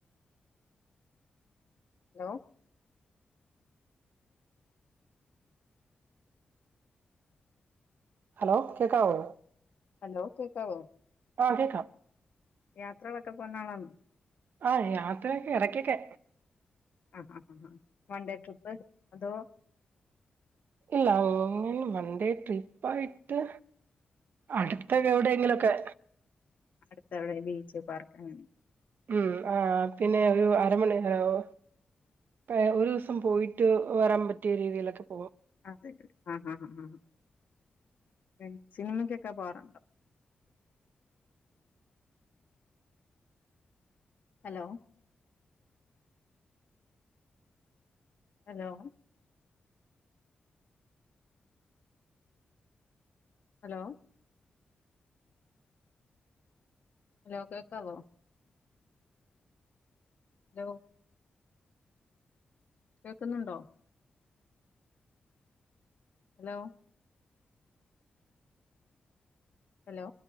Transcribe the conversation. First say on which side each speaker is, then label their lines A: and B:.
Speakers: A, on the left; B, on the right.
A: ഹലോ
B: ഹലോ കേക്കാവോ
A: ഹലോ കേക്കാവോ
B: ആഹ് കേക്കാം
A: യാത്രകളൊക്കെ പോന്നാളാണൊ
B: ആഹ് യാത്രെക്കെ എടക്കെക്കെ
A: ആഹ് ആ ആ ആ വൺ ഡേ ട്രിപ്പ് അതോ
B: ഇല്ല അങ്ങെ വണ്ടേ ട്രിപ്പായിട്ട് അടുത്തക്കെ എവിടേങ്കിലൊക്കെ
A: അടുത്തെവിടെ ബീച്ച് പാർക്ക് അങ്ങൻ
B: ഉം ആ പിന്നെ ഒരു അരമണി ആ ഒ പ ഒരൂസം പോയിട്ട് വരാൻ പറ്റ്യെ രീതീലൊക്കെ
A: അതെ ആഹ് ആഹ് ആഹ് ഹ സിനിമയ്ക്കൊക്കെ പോവാറുണ്ടോ ഹലോ ഹലോ ഹലോ ഹലോ കേക്കാവോ ഹലോ കേക്കുന്നുണ്ടോ ഹലോ ഹലോ